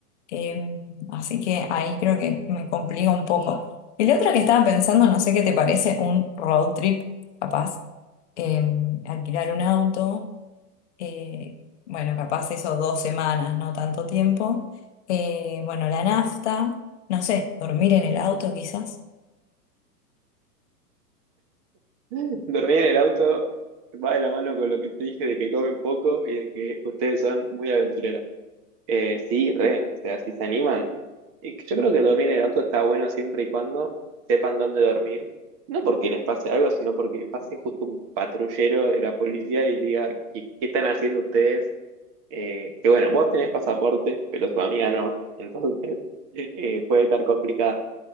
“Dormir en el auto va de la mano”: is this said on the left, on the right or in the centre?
Right